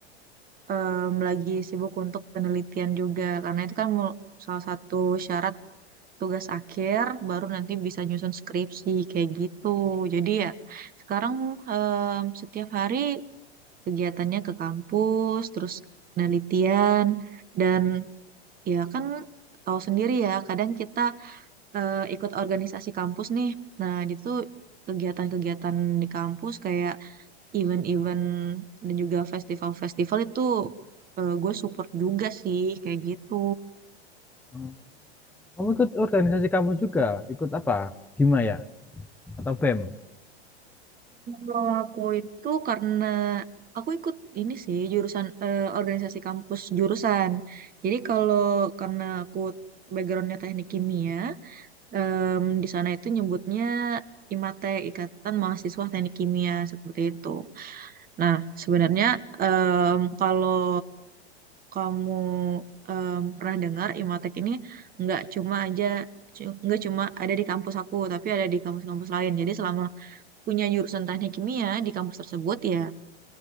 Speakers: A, on the right; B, in the centre.
A: em, lagi sibuk untuk penelitian juga, karena itu kan mul- salah satu syarat tugas akhir baru nanti bisa nyusun skripsi kayak gitu. Jadi ya sekarang em, setiap hari kegiatannya ke kampus, terus penelitian dan ya kan tahu sendiri ya, kadang kita eh, ikut organisasi kampus nih. Nah, itu kegiatan-kegiatan di kampus kayak event-event dan juga festival-festival itu eh, gue support juga sih kayak gitu.
B: Oh, Kamu ikut organisasi kamu juga? Ikut apa? Hima ya? Atau BEM?
A: Kalau aku itu karena aku ikut ini sih jurusan eh, organisasi kampus jurusan. Jadi kalau karena aku backgroundnya teknik kimia, em, di sana itu nyebutnya IMATE Ikatan Mahasiswa Teknik Kimia seperti itu. Nah sebenarnya em, kalau kamu em, pernah dengar IMATEK ini nggak cuma aja cu- nggak cuma ada di kampus aku, tapi ada di kampus-kampus lain. Jadi selama punya jurusan teknik kimia di kampus tersebut ya